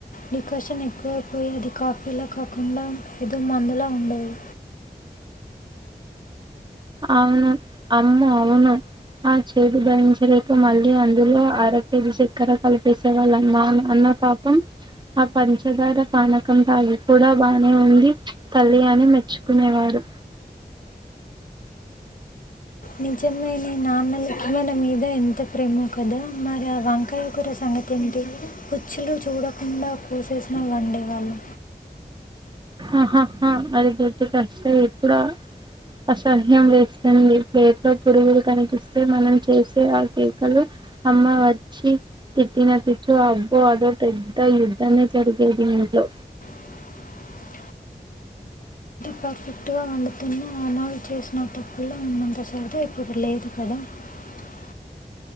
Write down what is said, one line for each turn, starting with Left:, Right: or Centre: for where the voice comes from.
Left: డికర్షన్ ఎక్కువైపోయి అది కాఫీ లా కాకుండా ఏదో మందులా ఉండేది.
Right: అవును అమ్మో అవును ఆ చేదు భరించలేక మళ్ళీ అందులో అర కేజీ చక్కెర కలిపేసే వాళ్ళు అన్ మన్ పాపం ఆ పంచదార పానకం తాగేకి కూడా బానే ఉంది తల్లి అని మెచ్చుకునేవాడు
Left: నిజమేనే నాన్నలకి మన మీద ఎంత ప్రేమో క కదా మరి ఆ వంకాయ కూర సంగతి ఏంటి పుచ్చులు చూడకుండా కోసేసిన వండే వాళ్లం
Right: ఆహాహా అది గుర్తుకు వస్తే ఇప్పుడు అసహ్యం వేస్తుంది ప్లేట్ లో పురుగులు కనిపిస్తే మనం చేసే ఆ కేకలు అమ్మ వచ్చి తిట్టిన తిట్లు అబ్బో అది ఒక పెద్ద యుద్ధమే జరిగేది. ఇంట్లో
Left: <inaudible> పెర్ఫెక్ట్ గా వండుతున్నా అమ్మ ఆళ్ళు చేసిన అంత అప్పుల్ల ఉన్నంత సరదా ఇప్పుడు లేదు కదా <inaudible> <unintelligible>